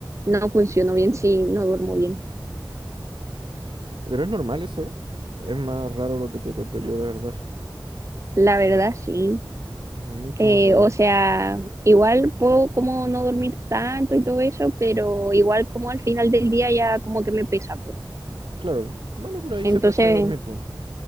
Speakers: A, on the right; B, on the right.
A: no funciono bien si no duermo bien.
B: Pero es normal eso. Es más raro lo que te cuento yo, la verdad.
A: La verdad, sí.
B: Mucho
A: Eh,
B: más raro.
A: o sea, igual puedo como no dormir tanto y todo eso, pero igual como al final del día ya como que me pesa, po.
B: Claro. Bueno, pero ahí
A: Entonces,
B: se aprovecha de dormir, pues.